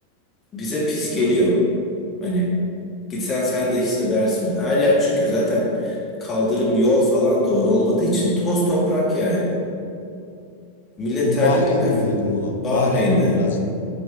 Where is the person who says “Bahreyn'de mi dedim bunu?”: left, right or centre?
Left